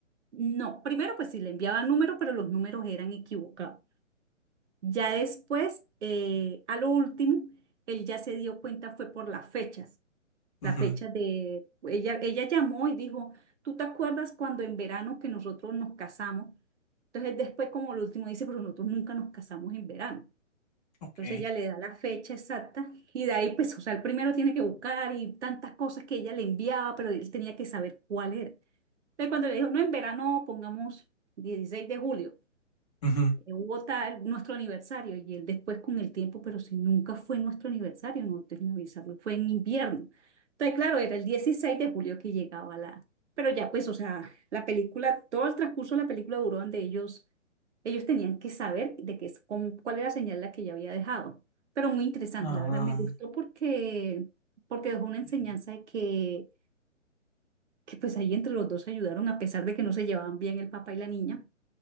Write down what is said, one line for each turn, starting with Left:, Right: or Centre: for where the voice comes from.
Right: no, primero pues sí le enviaba números, pero los números eran equivocados. Ya después, eh, a lo último, él ya se dio cuenta fue por las fechas.
Left: Ujú,
Right: la fecha de, ella, ella llamó y dijo, ¿tú te acuerdas cuando en verano que nosotros nos casamos? Entonces después como lo último dice, pero nosotros nunca nos casamos en verano.
Left: Ok.
Right: Entonces ella le da la fecha exacta y de ahí pues, o sea, el primero tiene que buscar y tantas cosas que ella le enviaba, pero él tenía que saber cuál era. Entonces cuando le dijo, no, en verano pongamos 16 de julio,
Left: Ujú.
Right: eh, hubo tal, nuestro aniversario y él después con el tiempo, pero si nunca fue nuestro aniversario, no te avisarlo, fue en invierno. Entonces, claro, era el 16 de julio que llegaba la, pero ya pues, o sea, la película, todo el transcurso de la película duró donde ellos, ellos tenían que saber de qué, es- cómo- cuál era la señal la que ella había dejado. Pero muy interesante,
Left: Ah,
Right: la verdad me gustó porque, porque dejó una enseñanza
Left: sí,
Right: de que, que pues ahí entre los dos se ayudaron, a pesar de que no se llevaban bien el papá y la niña.